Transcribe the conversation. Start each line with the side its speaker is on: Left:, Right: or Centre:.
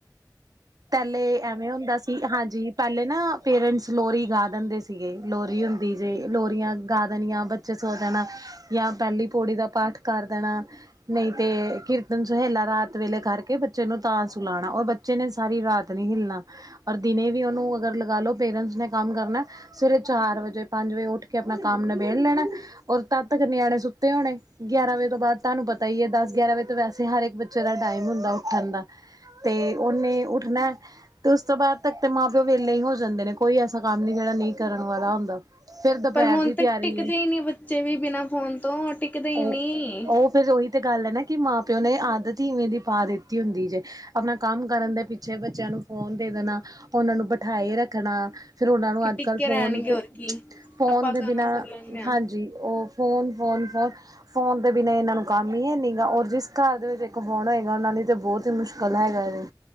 Right: ਪਹਿਲੇ ਐਵੇਂ ਹੁੰਦਾ ਸੀ, ਹਾਂਜੀ ਪਹਿਲੇ ਨਾ ਪੇਰੈਂਟਸ ਲੋਰੀ ਗਾ ਦਿੰਦੇ ਸੀਗੇ, ਲੋਰੀ ਹੁੰਦੀ ਜੇ, ਲੋਰੀਆਂ ਗਾ ਦੇਣੀਆਂ ਬੱਚੇ ਸੋ ਜਾਣ। ਯਾ ਪੈਲ਼ੀ ਪੌੜੀ ਦਾ ਪਾਠ ਕਰ ਦੇਣਾ, ਨਹੀਂ ਤੇ ਕਿਰਤ ਦਿਨ ਸੁਹੇਲਾ ਰਾਤ ਵੇਲੇ ਕਰਕੇ, ਬੱਚੇ ਨੂੰ ਤਾਂ ਸੁਲਾਉਣਾ, ਔਰ ਬੱਚੇ ਨੇ ਸਾਰੀ ਰਾਤ ਨੀ ਹਿੱਲਣਾ। ਔਰ, ਦਿਨੇ ਵੀ ਉਹਨੂੰ ਅਗਰ ਲਗਾ ਲਓ, ਪੇਰੈਂਟਸ ਨੇ ਕੰਮ ਕਰਨਾ। ਸਵੇਰੇ ਚਾਰ ਵਜੇ, ਪੰਜ ਵਜੇ ਉੱਠ ਕੇ ਆਪਣਾ ਕੰਮ ਨਿਬੇੜ ਲੈਨਾ। ਔਰ, ਤਦ ਤੱਕ ਨਿਆਣੇ ਸੁੱਤੇ ਹੋਣੇ, ਗਿਆਰਾਂ ਵਜੇ ਤੋਂ ਬਾਅਦ, ਤੁਹਾਨੂੰ ਪਤਾ ਈ ਐ ਦਸ, ਗਿਆਰਾਂ ਵਜੇ ਤਾਂ ਵੈਸੇ ਸੇ ਹਰ ਇੱਕ ਬੱਚੇ ਦਾ ਟਾਈਮ ਹੁੰਦਾ ਉੱਠਣ ਦਾ, ਤੇ ਉਹਨੇ ਉੱਠਣਾ ਤੇ ਉਸ ਤੋਂ ਬਾਅਦ ਤੱਕ ਤੇ ਮਾਂ ਪਿਓ ਵੇਲੇ ਹੀ ਹੋ ਜਾਂਦੇ ਨੇ, ਕੋਈ ਐਸਾ ਕੰਮ ਨੀ ਜੇੜਾ ਨਈ ਕਰਨ ਵਾਲਾ ਹੁੰਦਾ। ਫੇਰ ਦੁਪਹਿਰ
Left: ਪਰ ਹੁਣ
Right: ਦੀ ਤਿਆਰੀ
Left: ਤੇ ਟਿਕਦੇ
Right: ਏ
Left: ਹੀ ਨੀ, ਬੱਚੇ ਵੀ ਬਿਨਾਂ ਫੋਨ ਤੋਂ ਟਿਕਦੇ ਹੀ
Right: ਉਹ
Left: ਨੀ।
Right: ਉਹ ਫੇਰ ਉਹੀ ਤਾਂ ਗੱਲ ਐ ਨਾ, ਕਿ ਮਾਂ ਪਿਓ ਨੇ ਆਦਤ ਹੀ ਇਵੇਂ ਦੀ ਪਾ ਦਿੱਤੀ ਹੁੰਦੀ ਜੇ। ਆਪਣਾ ਕੰਮ ਕਰਨ ਦੇ ਪਿੱਛੇ ਬੱਚਿਆਂ ਨੂੰ ਫੋਨ ਦੇ ਦੇਣਾ, ਉਹਨਾਂ ਨੂੰ ਬਿਠਾਏ ਰੱਖਣਾ। ਫੇਰ ਉਹਨਾਂ ਨੂੰ
Left: ਕਿ
Right: ਅੱਜ-
Left: ਟਿੱਕੇ
Right: ਕਲ ਫੋਨ
Left: ਰਹਿਣਗੇ
Right: ਤੇ,
Left: ਹੋਰ ਕੀ
Right: ਫੋਨ
Left: ਆਪਾਂ
Right: ਦੇ
Left: ਕਾਮ
Right: ਬਿਨਾਂ
Left: ਕਰ ਲੈਂਦੇ ਹਾਂ।
Right: ਹਾਂਜੀ, ਉਹ ਫੋਨ-ਫੋਨ-ਫੋਨ, ਫੋਨ ਦੇ ਬਿਨਾਂ ਇਹਨਾਂ ਨੂੰ ਕੰਮ ਈ ਹੈਨੀ ਗਾ ਔਰ ਜਿਸ ਘਰ ਦੇ ਵਿੱਚ ਇੱਕ ਫੋਨ ਹੋਏਗਾ, ਉਹਨਾਂ ਲਈ ਤਾਂ ਬਹੁਤ ਹੀ ਮੁਸ਼ਕਿਲ ਹੈਗਾ ਇਹ।